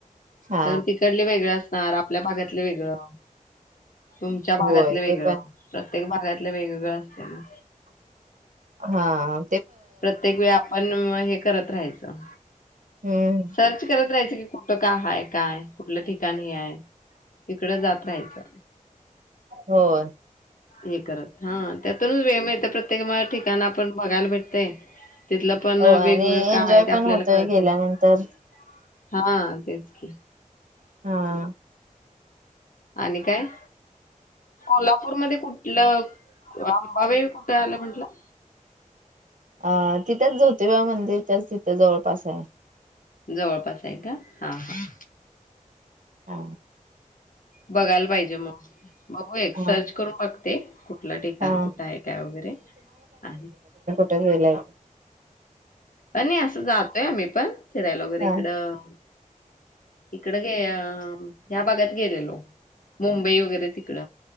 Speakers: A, on the right (about 70°); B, on the left (about 80°).
A: हा
B: त्यान तिकडले वेगळं असणार. आपल्या बागातलं वेगळं. तुमच्या बागातलं
A: होय
B: वेगळं,
A: ते पण
B: प्रत्येक बागातलं वेगवेगळं असते ना.
A: हाआ
B: प्रत्येक वेळी आपण हे करत राहायचं,
A: हम्म
B: सर्च करत राहायचं की को त काय हाय काय कुटलं ठिकाण हे हाय? तिकडं जात राहायचं.
A: होय.
B: हे करत, हां त्यातूनच वेळ मिळतं प्रत्येक म ठिकाण आपण बघायला भेटतंय. <inaudible> तिथलं पण
A: हो आणि
B: वेगवेगळं
A: एन्जॉय
B: काय ते आपल्याला
A: पण होतोय
B: कळतंय
A: गेल्यानंतर
B: कळतय. <inaudible> हां तेच की.
A: हां.
B: आनी काय? कोल्हापूरमधे कुटलं? अंबाबाई कुटं आलं म्हंटला?
A: अ तिथंच ज्योतिबा मंदिरच्याच तिथं जवळपासय.
B: जवळपास ए का? <inaudible> हां हां.
A: हा
B: बघायला पाहिजे म, बघू एक सर्च
A: हा
B: करून बघ ते कुठलं ठिकाण
A: हा
B: कुठं आहे, काय वगैरे आणि
A: कुठं गेलाय?
B: आणि असं जातोय आम्ही पण फिरायला वगैरे
A: हा
B: इकडं अ इकड गे अ ह्या भागात गेलेलो मुंबई व वगैरे तिकड,